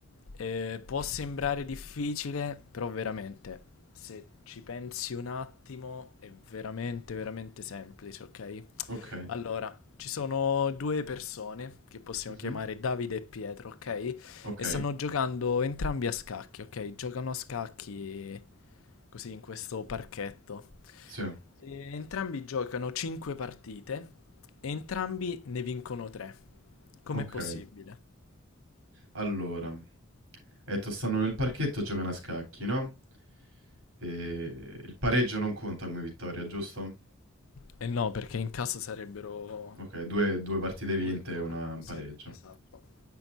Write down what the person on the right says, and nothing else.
Ok.
Mhm.
Ok.
Sì.
Ok.
Allora. Hai detto stanno nel parchetto, giocano a scacchi, no? E il pareggio non conta come vittoria, giusto?
Ok, due, due partite
vinte e una un
pareggio.